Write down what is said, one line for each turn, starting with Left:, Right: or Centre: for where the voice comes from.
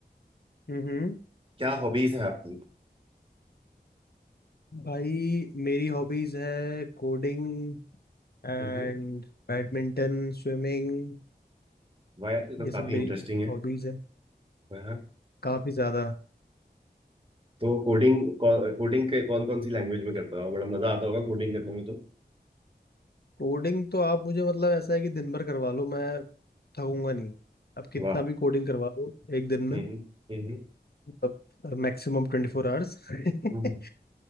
Left: हम्म
Right: क्या हॉबीज हैं आपकी
Left: भाई मेरी हॉबीज है कोडिंग एंड
Right: हम्म
Left: बैडमिंटन स्विमिंग
Right: वाह यार ये तो
Left: ये सब
Right: काफी
Left: मेरी
Right: इंटरेस्टिंग है
Left: हॉबीज है
Right: हाँ
Left: काफी ज्यादा
Right: तो कोडिंग कोडिंग के कौन कौन सी लैंग्वेज में करता हो बड़ा मजा आता होगा कोडिंग करने में तो
Left: कोडिंग तो आप मुझे मतलब ऐसा है कि दिन भर करवा लो मैं थकूंगा नहीं आप कितना
Right: वाह
Left: भी कोडिंग करवा लो एक दिन में
Right: हम्म हम्म
Left: मतलब मैक्सिमम ट्वेंटी फोर आवर्स <laughs>
Right: हम्म,